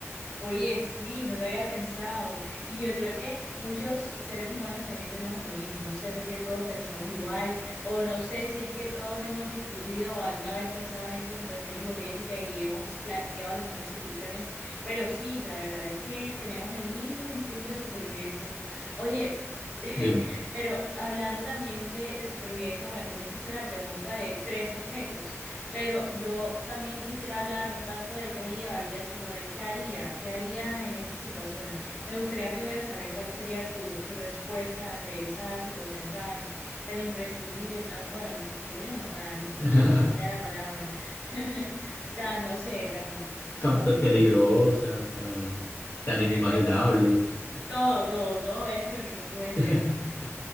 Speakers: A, in the centre; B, on the left (about 45°).
A: Oye, sí, no lo había pensado. Y yo creo que muchos seres humanos también tenemos lo mismo. No sé por qué todos pensamos igual, o no sé si es que todos hemos discutido o alguna vez pensado en esta situación hipotética y hemos planteado las mismas soluciones. Pero sí, la verdad es que tenemos el mismo instinto de supervivencia. Oye, <laughs>
B: Dime,
A: pero hablando también de, de supervivencia, bueno, tú me hiciste la pregunta de tres objetos. Pero yo también quisiera hablar no tanto de qué me llevaría, sino de qué haría, qué haría en esa situación. Me gustaría primero saber cuál sería tu, tu respuesta ante esa situación tan, tan imprescindible, tan, bueno, imprescindible no, tan,
B: <laughs>
A: ¿cómo sería la palabra? <laughs> Tan, no sé, tan, no,
B: tan pe- peligrosa, tan, tan inimaginable.
A: es
B: Sí.
A: todo, todo, todo eso lo que tú mencionas.
B: <laughs>